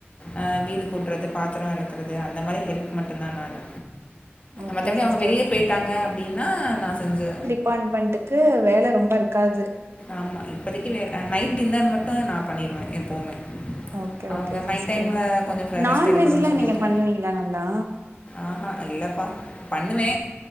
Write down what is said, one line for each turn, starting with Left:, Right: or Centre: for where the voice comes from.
Left: ஆ வீடு கூட்றது பாத்திரம் வெளக்குறது அந்த மாரி ஹெல்ப் மட்டுந்தா நானு
Right: ஓகே
Left: மத்தபடி
Right: சிஸ்டர்
Left: அவங்க வெளிய போயிட்டாங்க அப்டின்னா நான் செஞ்சே
Right: பான் பண்ட்டுக்கு வேல ரொம்ப இருக்காது
Left: ஆமா இப்போதைக்கு வேற நைட் டின்னர் மட்டு நா பண்ணிருவே எப்பவுமே
Right: ஓகே
Left: அவங்க
Right: ஓகே
Left: நைட்
Right: சிஸ்டர்
Left: டைம்ல கொஞ்சோ
Right: நான்வெஜ்லா
Left: ரெஸ்ட் எடுக்கட்டுனு சொல்லிட்டு
Right: நீங்க பண்ணுவீங்களா நல்லா
Left: ஆஹ இல்லப்பா பண்ணுவே